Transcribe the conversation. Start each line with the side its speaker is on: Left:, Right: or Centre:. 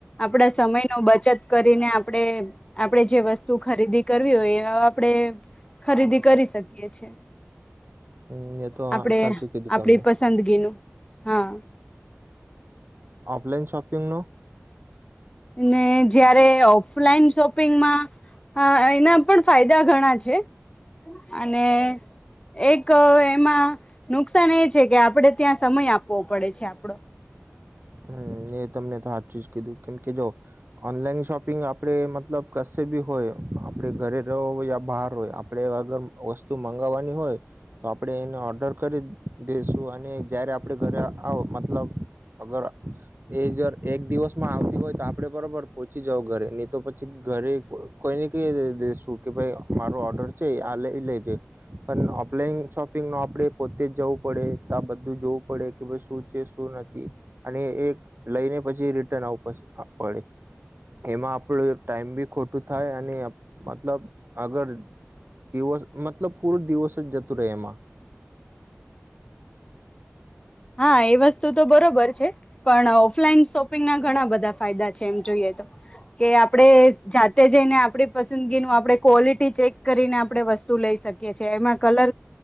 Left: આપડા સમય નો બચત કરીને આપડે આપડે જે વસ્તુ ખરીદી કરવી હોય એ આપડે ખરીદી શકીએ છે.
Right: હમ એ તો
Left: આપડે
Right: સાચું કીધું
Left: આપડી
Right: તમે
Left: પસંદગીનું હા
Right: ઓનલાઈન શોપિંગનો
Left: ને જ્યારે ઓફલાઈન શોપિંગમાં એના પણ ફાયદા ઘણા છે અને એક એમાં નકસાન એ છે કે આપડે ત્યાં સમય આપવો પડે છે આપડો
Right: હમ એ તમને તો હાચુ જ કીધું કેમ કે જો ઓનલાઈન શોપિંગ આપ પણેે મતલબ કસે ભી હોય આપ આપણે ઘરે રહો યા બહાર હોય આપણે અગર વસ્તુ મંગાવવાની હોય તો આપડે એને ઓર્ડર કરી દેશું. આ અને જયારે આપડે ઘરે આવ મતલબ અગર એ જર એક દિવસમાં આવતી હોય તો આપડે બરોબર પોહોંચી જાવ ઘરે. નહી તો પછી, ઘરે કો કોઈને કહી દેશું કે ભાઈ મારો ઓર્ડર છે આ લઈ લેજે પણ ઓફલાઈન શોપિંગ નો આપણે પોતે જ જવું પડે. તો બધું જોવું પડે કે ભ શું છે, શું નથી અને એ લઈને પછી રિટર્ન આવું પડશે આપડે એમાં આપડું ટાઈમ બી ખોટું થાય અને મતલબ અગર દિવસ મતલબ કુળ દિવસ જ જતું રે એમાં
Left: હા એ વસ્તુ તો બરોબર છે. પણ ઓફલાઈન શોપ પિંગ ના ઘણા બધા ફાયદા છે એમ જોઈએ તો. કે આપડે જાતે જઈને આપડી પસ સંદગીનું આપણે ક્વોલિટી ચેક કરીને આપણે વસ્તુ લઈ શકીએ છીએ. એમાં કલર